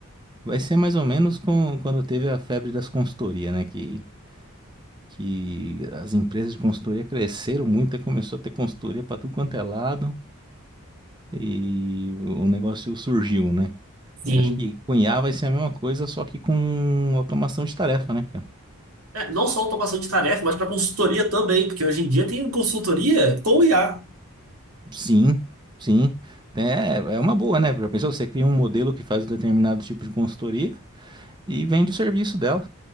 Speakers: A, on the right; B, on the right.
A: vai ser mais ou menos com, quando teve a febre das consultorias, né? Que, que as empresas de consultoria cresceram muito e começou a ter consultoria pra tudo quanto é lado e o negócio surgiu, né?
B: sim,
A: Eu acho que com IA vai ser a mesma coisa, só que com automação de tarefa, né, cara?
B: é, não só automação de tarefa, mas para consultoria também, porque hoje em dia tem consultoria com IA.
A: Sim, sim. É, é uma boa, né? Já pensou? Você cria um modelo que faz um determinado tipo de consultoria e vende o serviço dela.